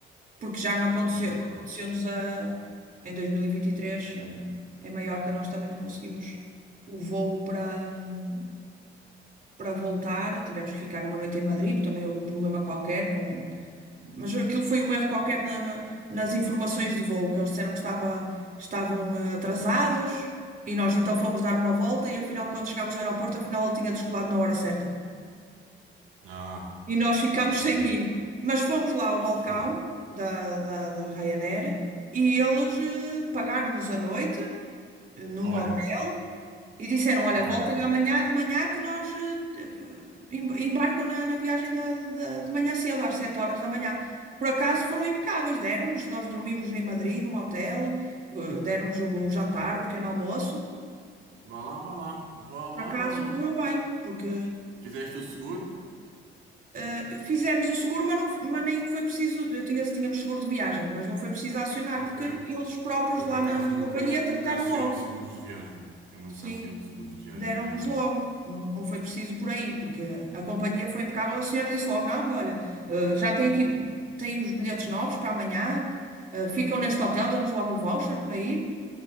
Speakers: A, on the right; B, on the right.
A: porque já não aconteceu,
B: Ah,
A: não aconteceu-nos
B: claro.
A: a, em 2023, eh, em Maiorca, nós também não conseguimos o voo para, hum, para voltar, tivemos que ficar uma noite em Madrid, porque também houve um problema qualquer com mas aquilo foi um erro qualquer na- na- nas informações de voo, que eles disseram que estava- estavam eh, atrasados e nós então fomos dar uma volta e afinal, quando chegámos ao aeroporto, afinal ele tinha descolado na hora certa.
B: Ah,
A: E nós ficámos
B: ok.
A: <laughs> sem ir. Mas fomos lá ao
B: Fogo.
A: balcão da, da, da Ryanair e eles eh, pagaram-nos a noite eh, num
B: Olha,
A: hotel E disseram, olha,
B: olha.
A: voltem amanhã de manhã que nós eh, em- embarcam na, na viagem da, da- de manhã cedo, às 7 horas da manhã. Por acaso foram impecáveis, deram-nos, nós dormimos em Madrid, num hotel, eh, deram-nos o
B: Espetacular.
A: jantar, o pequeno almoço.
B: Vá lá, vá lá. Vá lá,
A: Por acaso
B: vá lá.
A: correu bem, porque
B: Fizeste o seguro?
A: eh, fizemos o seguro, mas, não, mas nem foi preciso, eu tinha, tínhamos seguro de viagem, mas não foi preciso acionar,
B: Ok.
A: porque eles próprios
B: Eu
A: lá
B: por acaso
A: na, na
B: nunca,
A: companhia
B: nunca
A: trataram
B: aciono
A: logo.
B: seguros de viagem. Eu nunca
A: Sim.
B: aciono seguros de viagem
A: deram-nos
B: nem nada.
A: logo. Não, não foi preciso por aí, porque a companhia foi impecável. A senhora disse logo: não, não, olha, eh, já tem aqui, tem os bilhetes novos para amanhã, eh, ficam neste hotel, deu-nos logo o voucher para ir.